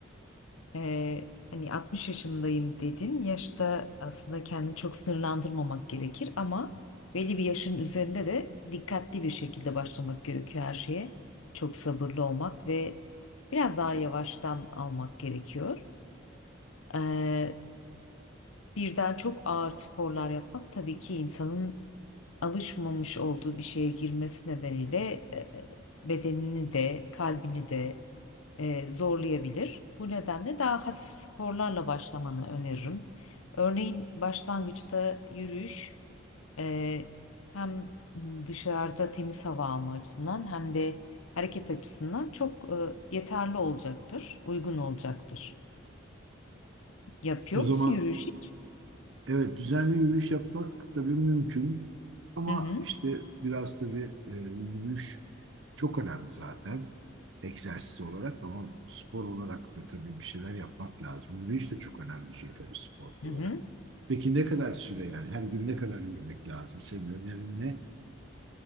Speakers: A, on the left; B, on the right.
A: Ee, hani 60 yaşındayım dedin. Yaşta aslında kendini çok sınırlandırmamak gerekir ama belli bir yaşın üzerinde de dikkatli bir şekilde başlamak gerekiyor her şeye. Çok sabırlı olmak ve biraz daha yavaştan almak gerekiyor. Ee, birden çok ağır sporlar yapmak tabii ki insanın alışmamış olduğu bir şeye girmesi nedeniyle e, e, bedenini de kalbini de e, zorlayabilir. Bu nedenle daha hafif sporlarla başlamanı öneririm. Örneğin başlangıçta yürüyüş e, hem dışarıda temiz hava alma açısından hem de hareket açısından çok e, yeterli olacaktır, uygun olacaktır. Yapıyor
B: O zaman
A: musun yürüyüş hiç?
B: Evet, düzenli yürüyüş yapmak tabii mümkün ama
A: Hı hı.
B: işte biraz tabii e, yürüyüş çok önemli zaten egzersiz olarak ama spor olarak da tabii bir şeyler yapmak lazım. Yürüyüş de çok önemli bir şey tabii spor olarak.
A: Hı hı.
B: Peki ne kadar süre yani her gün ne kadar yürümek lazım? Senin önerin ne?